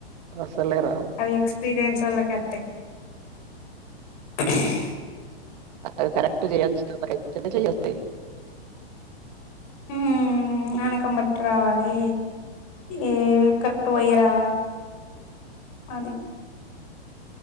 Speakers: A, on the right; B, on the left.
A: అసలే రావు
B: అవి ఎక్స్పీరియన్స్ ఒళ్ళకే అతై <unintelligible>
A: అద్ కరెక్ క్ట చేయేచ్చు తొదరెక్తేనే చేయ్యొ తై
B: హు పానకం బట్టి రావాలే ఈ కరెక్ట్ పోయ్యి రా అది